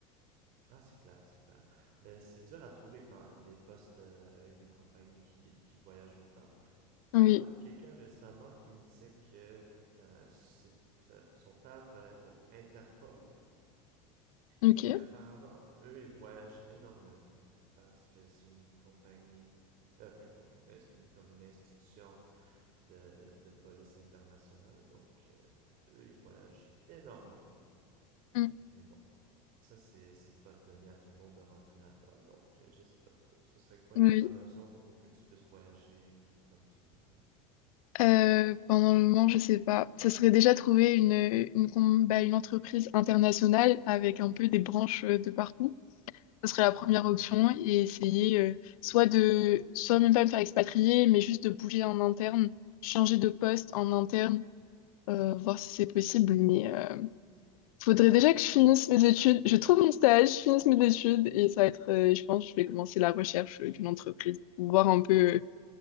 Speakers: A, on the right (about 55°); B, on the left (about 85°).
A: Ah, c'est clair, c'est clair. Mais c'est dur à trouver quand même des postes euh, avec des compagnies qui, qui voyagent autant. Je
B: Oui,
A: parlais à quelqu'un récemment qui me disait que euh, c'est- sa- son père travaille pour Interpol
B: ok.
A: et qu'apparemment, eux, ils voyagent énormément parce que c'est une compagnie, euh, pas une compagnie, mais c'est une- comme une institution de, de police internationale. Donc, euh, eux, ils voyagent énormément.
B: Mm.
A: Mais bon, ça, c'est, c'est pas donné à tout le monde de rentrer là-dedans. Donc, euh, je sais pas trop. Ce serait quoi
B: Oui.
A: une bonne option pour que tu puisses voyager comme tu voudrais?
B: Euh, pendant le moment, je sais pas. Ça serait déjà trouver une, une, com- bah, une entreprise internationale avec un peu des branches euh, de partout. ça serait la première
A: Mhm.
B: option et essayer euh, soit de, soit même pas me faire expatrier, mais juste de bouger en interne, changer de poste en interne, euh, voir si c'est possible. Mais euh, faudrait déjà que je finisse mes études, je trouve mon stage, je finisse mes études et ça va être, euh, je pense, que je vais commencer la recherche euh, d'une entreprise pour voir un peu euh,